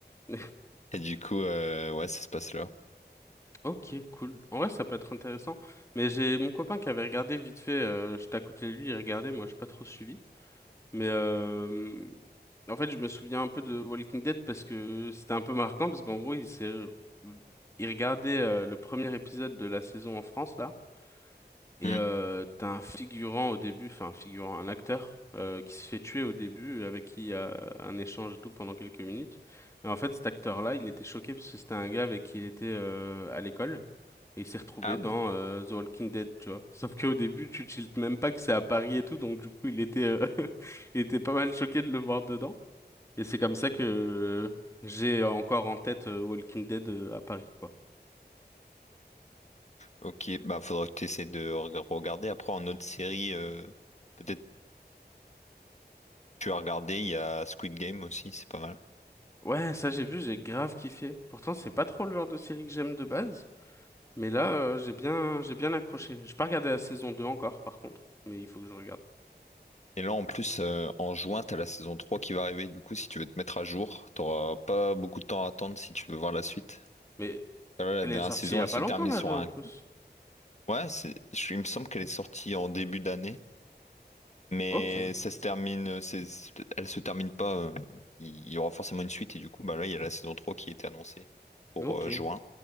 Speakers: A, on the left (about 15°); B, on the left (about 40°).
A: <laughs>
B: <laughs> Et du coup, euh, ouais, ça se passe là.
A: Ok, cool. En vrai, ça peut être intéressant. Mais j'ai mon copain qui avait regardé vite fait, euh, j'étais à côté de lui, il regardait, moi j'ai pas trop suivi. Mais euh, en fait, je me souviens un peu de Walking Dead parce que c'était un peu marquant, parce qu'en gros, il s'est... il regardait euh, le premier épisode de la saison en France, là. Et
B: Hmm.
A: euh, t'as un figurant au début, enfin un figurant, un acteur euh, qui se fait tuer au début, avec qui il y a un échange et tout pendant quelques minutes. Et en fait, cet acteur-là, il était choqué parce que c'était un gars avec qui il était euh, à l'école. Et il s'est retrouvé
B: Ah ouais?
A: dans euh, The Walking Dead, tu vois. Sauf qu'au début, tu tiltes même pas que c'est à Paris et tout, donc du coup, il était, euh, <laughs> il était pas mal choqué de le voir dedans. Et c'est comme ça que j'ai encore en tête euh, Walking Dead euh, à Paris, quoi.
B: Ok, bah faudra que tu essaies de reg- regarder. Après, en autre série, euh, peut-être tu as regardé, il y a Squid Game aussi, c'est pas mal.
A: Ouais, ça j'ai vu, j'ai grave kiffé. Pourtant, c'est pas trop le genre de série que j'aime de base. Mais là, euh, j'ai bien, j'ai bien accroché. J'ai pas regardé la saison 2 encore, par contre. Mais il faut que je regarde.
B: Et là, en plus, euh, en juin, t'as la saison 3 qui va arriver. Du coup, si tu veux te mettre à jour, t'auras pas beaucoup de temps à attendre si tu veux voir la suite.
A: Mais
B: Là, la
A: elle
B: dernière
A: est sortie
B: saison,
A: il y a
B: elle
A: pas
B: se termine
A: longtemps, la
B: sur
A: 2
B: un...
A: en plus.
B: Ouais, c'est... je- il me semble qu'elle est sortie en début d'année. Mais
A: Ok,
B: ça se termine... c'est- Elle se termine pas. euh, Il y aura forcément une suite. Et du coup, bah là, il y a la saison 3 qui était annoncée pour
A: ok.
B: euh, juin.